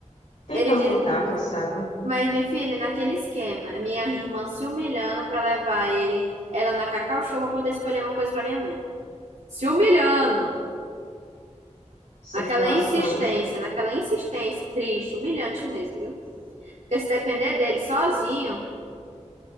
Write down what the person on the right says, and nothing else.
Ele disse,
mas minha filha, naquele esquema, minha irmã se humilhando para levar ele, ela na Cacau Show para poder escolher uma coisa para minha mãe. Se humilhando.
Naquela insistência, naquela insistência, triste, humilhante mesmo, viu? Porque se depender dele sozinho,